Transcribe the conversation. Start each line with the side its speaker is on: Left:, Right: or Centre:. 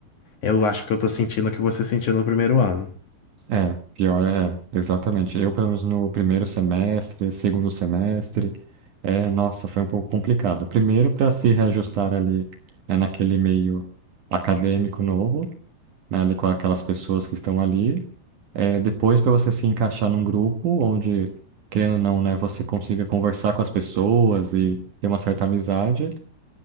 Left: eu acho que eu tô sentindo o que você sentiu no primeiro ano.
Right: É, pior é, exatamente. Eu, pelo menos no primeiro semestre, segundo semestre, é, nossa, foi um pouco complicado. Primeiro, para se reajustar ali, né, naquele meio acadêmico novo, né, ali com aquelas pessoas que estão ali. É, depois, para você se encaixar num grupo onde, querendo ou não, né, você consiga conversar com as pessoas e ter uma certa amizade.